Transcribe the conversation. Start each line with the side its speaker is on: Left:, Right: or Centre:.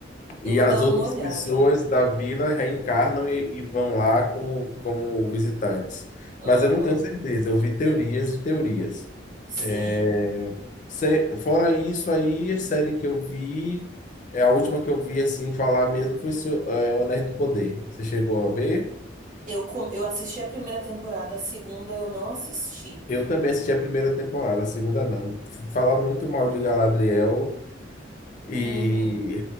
Left: E
Right: Eu vou
Left: as
Right: dar
Left: outras
Right: uma olhada.
Left: pessoas da vila reencarnam e, e vão lá como, como visitantes.
Right: Uhum.
Left: Mas eu não tenho certeza, eu vi teorias e teorias.
Right: Sim.
Left: É, Se- fora isso aí, a série que eu vi, é a última que eu vi assim falar mesmo foi Senhor- é, O Anéis do Poder. Você chegou a ver?
Right: Eu, co- eu assisti a primeira temporada, a segunda eu não assisti.
Left: Eu também assisti a primeira temporada, a segunda não. Falaram muito mal de Galadriel e,
Right: Uhum.